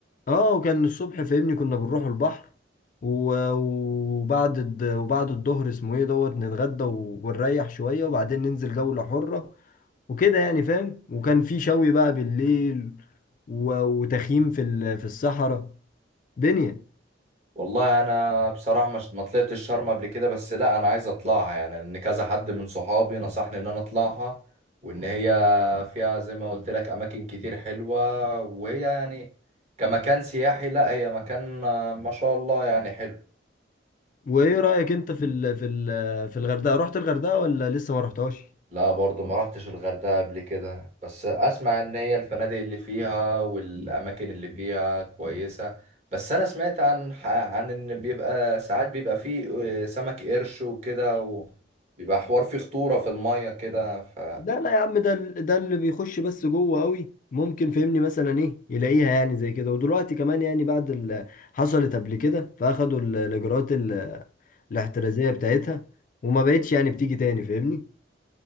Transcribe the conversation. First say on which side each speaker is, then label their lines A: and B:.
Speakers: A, on the left; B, on the right.
A: اه وكان الصبح فاهمني كنا بنروح البحر و- وبعد الد- وبعد الظهر اسمه ايه دوت نتغدى و- ونريح شويه وبعدين ننزل جوله حره وكده يعني فاهم وكان في شوي بقى بالليل و- وتخييم في ال- في الصحراء دنيا
B: والله انا بصراحه مش ما طلعتش شرم قبل كده بس لا انا عايز اطلعها يعني ان كذا حد من صحابي نصحني ان انا اطلعها وان هي فيها زي ما قلت لك اماكن كتير حلوه وهي يعني كمكان سياحي لا هي مكان آه، ما شاء الله يعني حلو
A: وايه رأيك انت في ال في ال في الغردقة رحت الغردقة ولا لسه ما رحتهاش
B: لا برضو ما رحتش الغردقة قبل كده بس اسمع ان هي الفنادق اللي فيها والاماكن اللي فيها كويسة بس انا سمعت عن ح- عن ان بيبقى ساعات بيبقى فيه آه، سمك قرش وكده وبيبقى حوار فيه خطورة في المية كده ف
A: لا لا يا عم ده ال- ده اللي بيخش بس جوه قوي ممكن فهمني مثلا ايه يلاقيها يعني زي كده ودلوقتي كمان يعني بعد اللي حصلت قبل كده فاخدوا ال- الاجراءات ال- الاحترازية بتاعتها وما بقتش يعني بتيجي تاني فاهمني